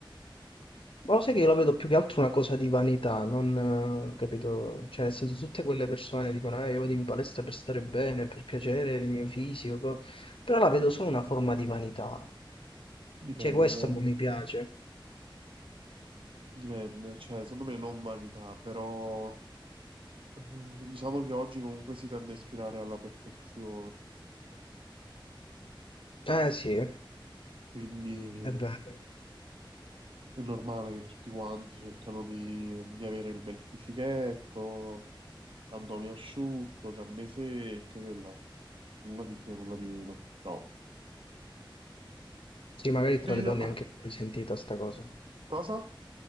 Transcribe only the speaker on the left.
Ma lo sai che io la vedo più che altro una cosa di vanità, non eh, capito? Cioè, nel senso, tutte quelle persone dicono, eh, io vado in palestra per stare bene, per piacere il mio fisico, co-". però la vedo solo una forma di vanità.
Cioè, questo non mi piace.
Eh sì, è
vero.
Sì, magari tra
le donne è anche più risentita sta cosa.